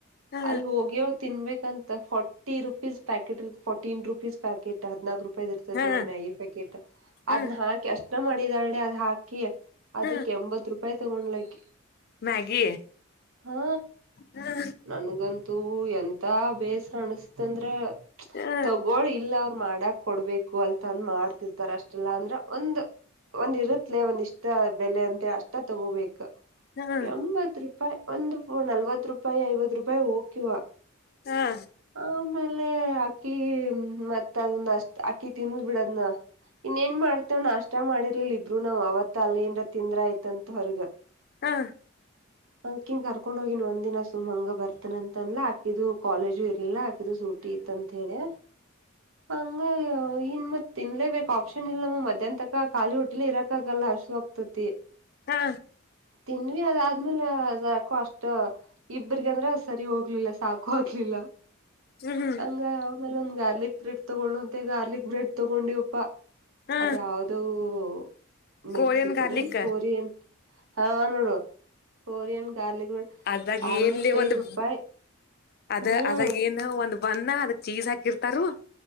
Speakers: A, on the left; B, on the right.
A: ಹಾ
B: ಅಲ್ ಹೋಗ್ಯವ್ ತಿನ್ಬೇಕ್ - ಫಾರ್ಟಿ ರುಪೀಸ್ ಪ್ಯಾಕೆಟ್ ಇರ್ತ್ ಫೋರ್ಟೀನ್ ರುಪೀಸ್ ಪ್ಯಾಕಟ್ ಹದ್ನಾಲ್ಕ
A: ಹಾ
B: ಮ್ಯಾಗಿ ಪ್ಯಾಕೆಟ್
A: ಹಾ
B: ಅದ್ನ್ನ ಹಾಕಿ ಅಷ್ಟ <unintelligible> ಮಾಡಿದಾಳ್ ಲೆ ಅದ್ ಹಾ <inaudible> ಅದಿಕ್
A: ಹಾ
B: ಎಂಬತ್ ರೂಪಾಯಿ ತಗೊಂಡ್ಲ್ ಆಕಿ
A: ಮ್ಯಾಗಿ
B: ಹಾ
A: ಹಾ
B: ನನಗಂತೂ ಎಂತ ತ್ತಾ ಬೇಸರ ಅನಸ್ತಂದ್ರ ಚ್
A: ಹಾ
B: ತಗೋಳ್ ಇಲ್ಲ ಮಾಡಕ್ ಕೊಡ್ಬೇಕು ಅಲ್ಂದ ಮಾಡ್ತಿರ್ತಾರ ಅಷ್ಟಲ್ಲ ಅಂದ್ರ ಒಂದ ಒಂದ್ ಇರುತ್ಲೆೇ ಒಂದ್ ಇಷ್ಟ ಬೆಲೆ ಅಂತೆ ಅಷ್ಟ ತಗೋಬೇಕ
A: ಹಾ
B: ಎಂಬತ್ತು ರೂಪಾಯಿ ಒಂದು ಫೋನ್ ನಲ್ವತ್ತು ಹತ್ ರೂಪಾಯಿ ಐವತ್ ರೂಪಾಯಿ ಓಕಿವ,
A: ಹಾ
B: ಆಮೇಲೆ ಅಕ್ಕಿ ಮತ್ತ ಅದನ್ನ ಅಷ್ಟ್ ಅಕ್ಕಿ ತಿಂದಲ ಬಿಡ ಇನ್ನೇಏನ್ ಮಾಡ್ತೇವ ನಾಷ್ಟ ಮಾಡಿರ್ಲಿಲ್ಲ ಇಬ್ರು ನಾವ್ ಅವತ್ ಅಲ್ಲಿ ಏನ್ ತಿಂದ್ರ ಆಯ್ತು ಅಂತ ಅವತ್ತ ಹೊರಗ
A: ಹಾ
B: ಅಕಿಂಗ ಕರ್ಕೊಂಡ್ ಹೋಗಿನ್ ಒಂದ ದಿನ್ ಸುಮ್ ಹಂಗ ಬರ್ತಾನ ಅಂತ ಅಂದಲಾ ಅಕ್ಕಿದು ಕಾಲೇಜು ಇರಲಿಲ್ಲ ಇದು ಸೂಟಿ ಇತ್ತಂತ ಹೇಳಿ ಹಂಗ ಇನ್ ಮತ್ತ ತಿನ್ಲೇ ಬೇಕ್ ಆಪ್ಷನ್ ಇಲ್ಲ ಮತ್ತೆ ಮಧ್ಯಾಹ್ನ ತನಕ ಖಾಲಿ ಹೊಟ್ಟೆಲೇ ಇರಾಕ್ ಆಗಲ್ಲ ಹಸು ಆಗ್ತೈತಿ
A: ಹಾ
B: ತಿಂದಿವಿ ಅದು ಆದ್ಮೇಲೆ ಅದು ಯಾಕೋ ಅಷ್ಟ ಇಬ್ಬರಿಗೆ ಅಂದ್ರ ಸರಿ ಹೋಗ್ಲಿಲ್ಲ ಸಾಕ ಹೋಗಲಿಲ್ಲ
A: ಹ್ಮ್
B: ಹಂಗ ಯಾವ ಅಲ್ಲಿ ಒಂದು ಗಾರ್ಲಿಕ್ ಬ್ರೆಡ್ ತೊಗೊಂಡಂತೆ ಗಾರ್ಲಿಕ್ ಬ್ರೆಡ್ ತಗೊಂಡಿವಿಪಾ
A: ಹಾ
B: ಅದ ಯಾವ್ದೋ ಹ
A: ಕೋರಿಯನ್
B: ಮೆಕ್ಸಿಕನ್
A: ಗಾರ್ಲಿಕ್
B: ಏನ್ ಕೊರಿಯನ್ ಹಾ ನೋಡ ಕೊರಿಯನ್ ಗಾರ್ಲಿಕ್ ಬ್ರೆಡ್
A: ಅದಾಗ
B: ಅರವತ್ತೈದ್
A: ಏನ್ಲಿ ಒಂದು
B: ರೂಪಾಯಿ
A: ಅದ
B: ಹ್ಮ್
A: ಅದಾಗ ಏನ ರ ಒಂದು ಬನ್ ಅದಕ್ ಚೀಜ ಹಾಕಿರ್ತಾರ